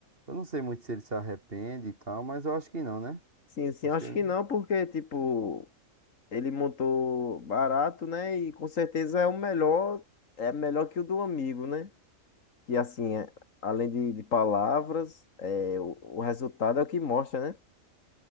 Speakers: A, on the right; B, on the left.
A: Eu não sei muito se ele se arrepende e tal, mas eu acho que não, né?
B: Sim, sim,
A: Acho
B: acho
A: que ele-
B: que não, porque, tipo, ele montou barato, né? E com certeza é o melhor, é melhor que o do amigo, né? E assim, é- além de, de palavras, é, o, o resultado é o que mostra, né?